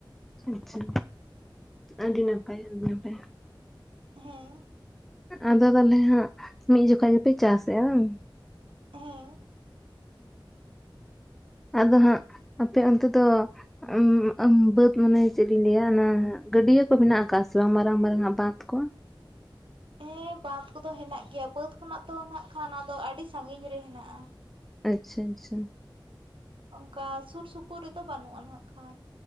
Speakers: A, in the centre; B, on the right.
A: ᱟᱪᱪᱷᱟ ᱟᱹᱰᱤ ᱱᱟᱯᱟᱭ ᱟᱯᱮ ᱦᱚᱸᱯᱮ
B: ᱦᱮᱸ
A: ᱟᱫᱚ ᱛᱟᱦᱚᱞᱮ ᱦᱟᱸᱜ ᱢᱤᱫ ᱡᱚᱠᱷᱚᱡ ᱜᱮᱯᱮ ᱪᱟᱥᱮᱜᱼᱟ ᱵᱟᱝ?
B: ᱦᱮᱸ
A: ᱟᱫᱚ ᱦᱟᱸᱜ ᱟᱯᱮ ᱚᱱᱛᱮ ᱫᱚ ᱩ ᱩᱸ ᱵᱟᱹᱫᱽ ᱢᱟᱱᱮ ᱪᱮᱫ ᱤᱧ ᱞᱟᱹᱭᱟ ᱚᱱᱟ ᱜᱟᱹᱰᱭᱟᱹ ᱠᱚ ᱢᱮᱱᱟᱜ ᱟᱠᱟᱫ ᱥᱮ ᱵᱟᱝ ᱢᱟᱨᱟᱝ ᱢᱟᱨᱟᱝ ᱟᱜ ᱵᱟᱸᱫᱽ ᱠᱚ?
B: ᱦᱮᱸ ᱵᱟᱸᱫᱽ ᱠᱚᱫᱚ ᱦᱮᱱᱟᱜ ᱜᱮᱭᱟ ᱵᱟᱹᱫᱽ ᱠᱷᱚᱱᱟᱜ ᱛᱚ ᱱᱟᱜ ᱠᱷᱟᱱ ᱟᱫᱚ ᱟᱹᱰᱤ ᱥᱟᱹᱜᱤᱧ ᱨᱮ ᱦᱮᱱᱟᱜ-ᱟ᱾
A: ᱟᱪᱪᱷᱟ ᱟᱪᱪᱷᱟ
B: ᱚᱱᱠᱟ ᱥᱩᱨ ᱥᱩᱯᱩᱨ ᱨᱮᱫᱚ ᱵᱟᱹᱱᱩᱜᱼᱟ ᱱᱟᱜ ᱠᱷᱟᱱ